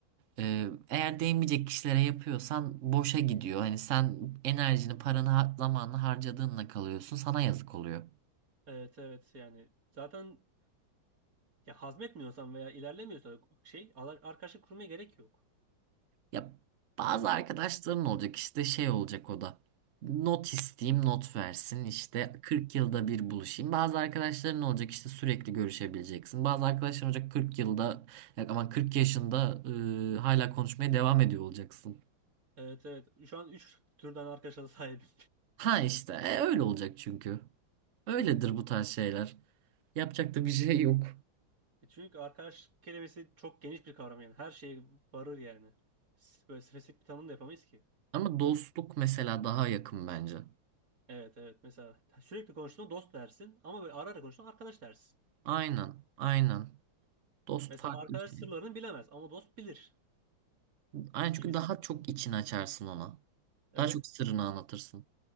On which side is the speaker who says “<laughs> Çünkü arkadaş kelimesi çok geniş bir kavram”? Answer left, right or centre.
Right